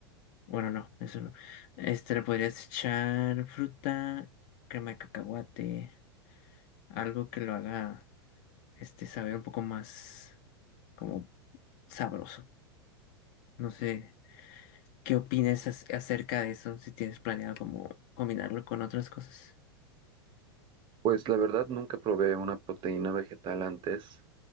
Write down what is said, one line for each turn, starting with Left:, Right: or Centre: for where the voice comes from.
Left: Bueno, no, eso no. Este le podrías echar fruta, crema de cacahuate, algo que lo haga este saber un poco más. como sabroso. No sé, ¿qué opinas ac- acerca de eso? Si tienes planeado como combinarlo con otras cosas.
Right: Pues la verdad nunca probé una proteína vegetal antes,